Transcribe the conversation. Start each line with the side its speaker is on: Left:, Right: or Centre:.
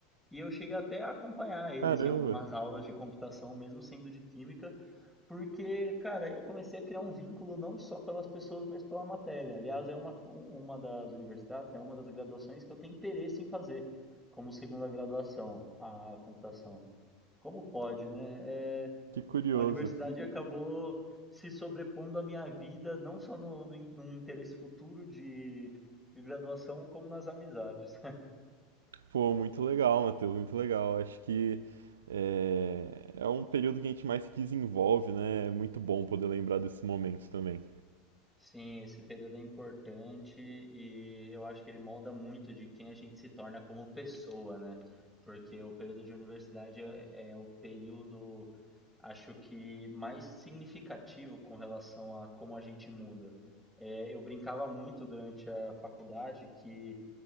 Centre: e eu cheguei até a acompanhar eles
Right: Caramba,
Centre: em algumas aulas de computação, mesmo sendo de química, porque, cara, eu comecei a criar um vínculo não só pelas pessoas, mas pela matéria. Aliás, é uma, um- uma das universidades, né, uma das graduações que eu tenho interesse em fazer como segunda graduação, a computação. Como pode, né? É,
Right: que curioso.
Centre: a universidade Uhum. acabou se sobrepondo à minha vida, não só no, no, in- num interesse futuro de de graduação, como nas amizades.
Right: Pô, muito legal, Matheus, muito legal. Acho que é, é um período que a gente mais se desenvolve, né? É muito bom poder lembrar desses momentos também.
Centre: Sim, esse período é importante e eu acho que ele molda muito de quem a gente se torna como pessoa, né? Porque o período de universidade é é o período, acho que mais significativo com relação a como a gente muda. É, eu brincava muito durante a faculdade que